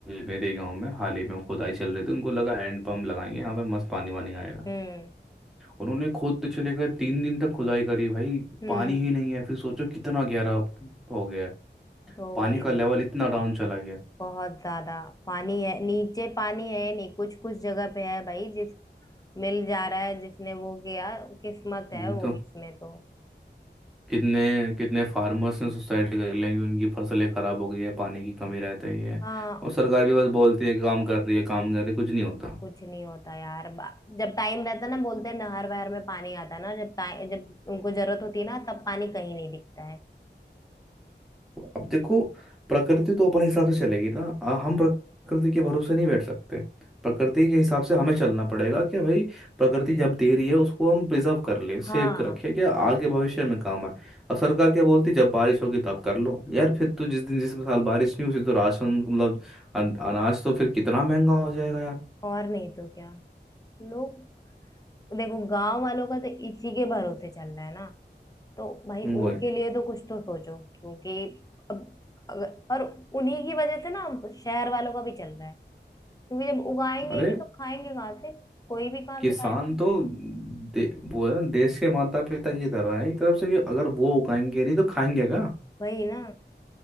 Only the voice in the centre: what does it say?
मेरे गांव में हाल ही में खुदाई चल रही थी उनको लगा हैंड पंप लगाएंगे यहाँ पे मस्त पानी वानी आएगा
उन्होंने खोदते चले गए तीन दिन तक खुदाई करी भाई
पानी ही नहीं है फिर सोचो कितना गहरा हो गया है
पानी
का लेवल इतना डाउन चला गया
नहीं
तो
कितने कितने फार्मर्स ने सुसाइड कर लिया कि उनकी फसलें खराब हो गई है पानी की कमी रहती है
और सरकार भी बस बोलती है कि काम कर रही है काम कर रही है कुछ नहीं होता
अब देखो प्रकृति तो अपने हिसाब से चलेगी ना आ, हम प्रकृति के भरोसे नहीं बैठ सकते प्रकृति के हिसाब से हमें चलना पड़ेगा कि भाई प्रकृति जब दे रही है उसको हम प्रिजर्व कर ले सेव
कर रखे क्या आगे भविष्य में काम आए अब सरकार क्या बोलती जब बारिश होगी तब कर लो यार फिर तो जिस दिन जिस साल बारिश नहीं हुई तो राशन मतलब अन- अनाज तो फिर कितना महंगा हो जाएगा यार
वो
है
अरे
किसान
तो दे, वो है देश के माता पिता की तरह है एक तरफ से कि अगर वो उगाएंगे नहीं तो खाएंगे क्या